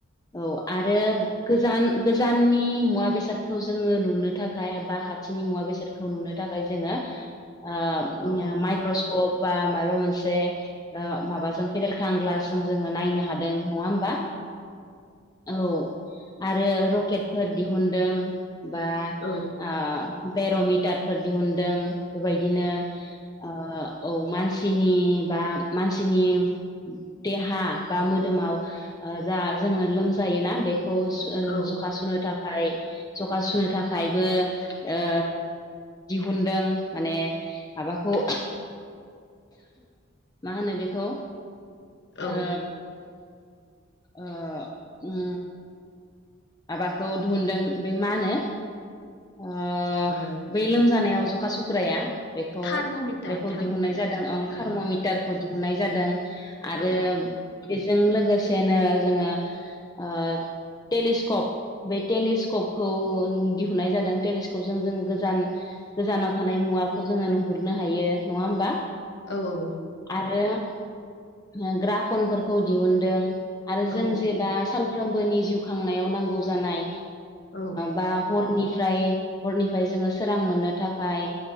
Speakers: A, on the left; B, on the left.
A: औ आरो गोजान गोजाननि मुवा बेसादखौ जोङो नुनो थाखाय बा खाथिनि मुवा बेसादखौ नुनो थाखाय जोङो ओ
B: औ
A: माइक्रस्कप बा माबा मोनसे ओ माबाजों फेदेर ग्लासजों जोङो नायनो हादों नङा होमबा। औ आरो रकेटफोर दिहुुनदों बा
B: औ
A: आ बेर'म मिटारफोर दिहुनदों बेबायदिनो ओ औ मानसिनि बा मानसिनि देहा बा मोदोमाव जा जोङो लोमजायोना बेखौ थ
B: औ
A: जखा सुुनो था थाखाय जखा सुनो थाखायबो ओ दिहुनदों माने माबाखौ मा होनो बेखौ
B: औ।
A: ओ ओ उम माबाखौ दिहुनदों बे मा होनो ओ
B: ओ
A: बै लोमजानायाव जखा सुग्राया बेखौ
B: थार्म'मिटार
A: बेखौ
B: थार्म'
A: दिहुननाय जादों आं थार्म'मिटार
B: औ
A: खौ दिहुननाय जादों आरो
B: औ
A: बेजों लोगोसे नो जोङो ओ टेलिस्कप बे टेलिस्कप दिहुननाय जादों टेलिस्कपजों जों गोजान गोजानाव थानाय मुवाखौ जोङो नुहुरनो हायो नङा होमबा
B: औ औ।
A: आरो ग्राफनफोरखौ दिहुनदों। आरो जों
B: औ
A: जे दा सानफ्रोमबोनि जिउ खांनायाव नांगौ जानाय
B: औ
A: बा हनिफ्राय हरनिफ्राय जोङो सोरां मोननो थाखाय